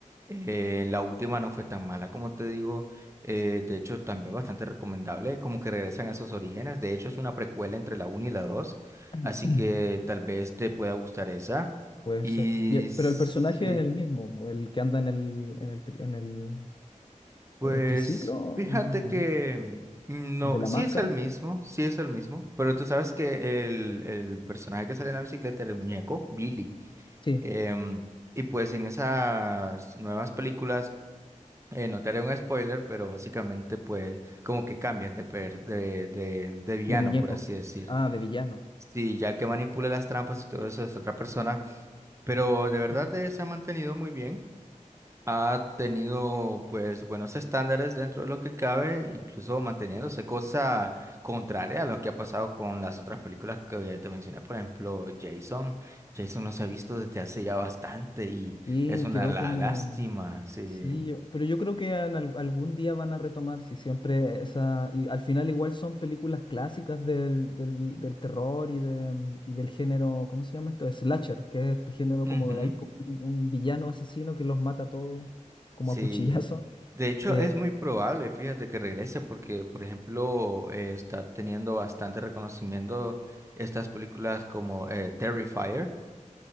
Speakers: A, on the right (about 20°); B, on the left (about 35°).
A: Eh, la última no fue tan mala como te digo. eh, de hecho, también bastante recomendable, como que regresan a esos orígenes. De hecho, es una precuela entre la uno y la dos,
B: <clears throat>
A: Así que tal vez te pueda gustar esa.
B: Puede
A: Y
B: ser. Y e-
A: sí.
B: pero el personaje es el mismo, el que anda en el, en el, tri- en el,
A: Pues
B: en el triciclo, ¿o
A: fíjate
B: no? ¿O
A: que
B: no?
A: mm, no,
B: ¿El de la
A: sí
B: máscara?
A: es el mismo, sí es el mismo, pero tú sabes que el, el personaje que sale en la bicicleta era el muñeco, Billy.
B: Sí,
A: em, y pues en esas nuevas películas, eh, no te haré un spoiler, pero básicamente pues como que cambian de, per- de, de, de villano,
B: de muñeco.
A: por así decir.
B: Ah, de villano.
A: Sí, ya el que manipula las trampas y todo eso es otra persona, pero de verdad
B: <clears throat>
A: eh, se ha mantenido muy bien ha tenido pues buenos estándares dentro de lo que cabe, incluso manteniéndose cosa contraria a lo que ha pasado con las otras películas que te mencioné, por ejemplo, Jason. Jason no se ha visto desde hace ya bastante y
B: Y
A: es una
B: quedó
A: la
B: como...
A: lástima, sí.
B: Sí, yo... pero yo creo que en al- algún día van a retomar, si siempre esa... Y al final igual son películas clásicas del, del, del terror y, de, y del género, ¿cómo se llama esto? Slasher, que es este género
A: Ujú,
B: como de ahí como un, un villano asesino que los mata a todos como
A: sí.
B: a cuchillazo <laughs>
A: De hecho,
B: Eh,
A: es muy probable, fíjate, que regrese porque, por ejemplo, eh, está teniendo bastante reconocimiento estas películas como eh, Terrifier.